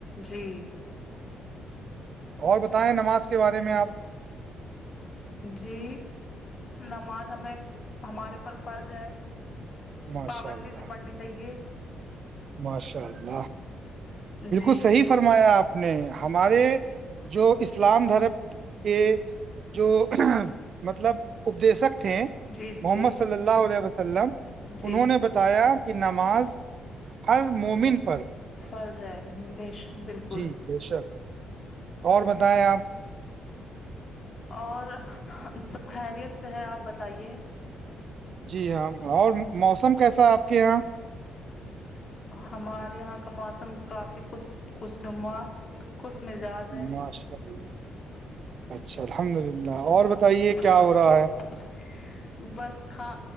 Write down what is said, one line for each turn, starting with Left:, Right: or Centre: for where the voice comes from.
Left: جی
Right: اور بتائیں نماز کے بارے میں آپ
Left: جی نماز ہمیں ہمارے اوپر فرض ہے
Right: ماشاء
Left: پابندی
Right: اللہ
Left: سے پڑھنی چاہیے
Right: ماشاء اللہ بالکل
Left: جی
Right: صحیح فرمایا آپ نے ہمارے جو اسلام دھرم کے جو مطلب اپدشک تھے
Left: جی
Right: محمد
Left: جی
Right: صلی اللہ علیہ وسلم
Left: جی
Right: انہوں نے بتایا کہ نماز ہر مومن پر
Left: فرض ہے بیش بالکل
Right: جی بے شک اور بتائیں آپ
Left: اور سب خیریت سے ہے آپ بتائیے
Right: جی ہاں اور موسم کیسا ہے آپ کے یہاں
Left: ہمارے یہاں کا موسم کافی خش خشما کس مزاج ہے
Right: ماشاء اللہ اچھا الحمد للہ اور بتائیے کیا
Left: رہا
Right: ہو رہا ہے
Left: بس کا